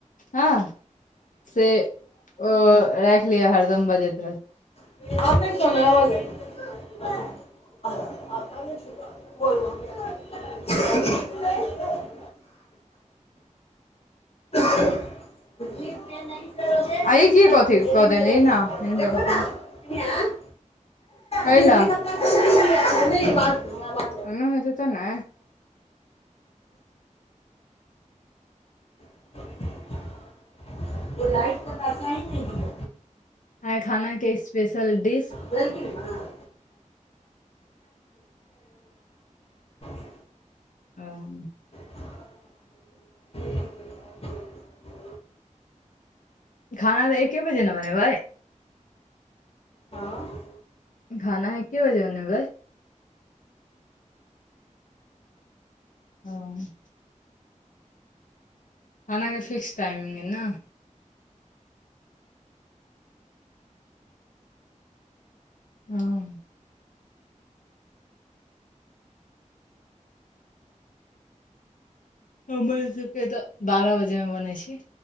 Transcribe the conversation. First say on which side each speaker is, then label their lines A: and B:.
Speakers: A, on the left; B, on the left.
A: हँ। से ओ राइख लिअ हरदम बजैत रह
B: हम नहि <inaudible> बोल <unintelligible> एतय नहि।
A: आ ई
B: <unintelligible>
A: की कथी कऽ देली न हिनका
B: देखो
A: कपड़ा
B: न।
A: मे,
B: कनियाँ
A: कैला
B: बिजली कत ब <unintelligible> ह अबाज
A: एना हेतै तऽ ने
B: <inaudible> ओ लाइट के पैसा ही नही
A: आइ खाना के स्पेशल डिश
B: बुझलखिन माँ <unintelligible>
A: आ <inaudible>
B: <inaudible> ह <inaudible>
A: खाना त एके बजे ने बनेबय।
B: हँ
A: खाना एके बजे बनेबय? हँ खाना के फिक्स टाइमिंग अइ न? हँ हमर सभके तऽ बारह बजे मे बनैय छै।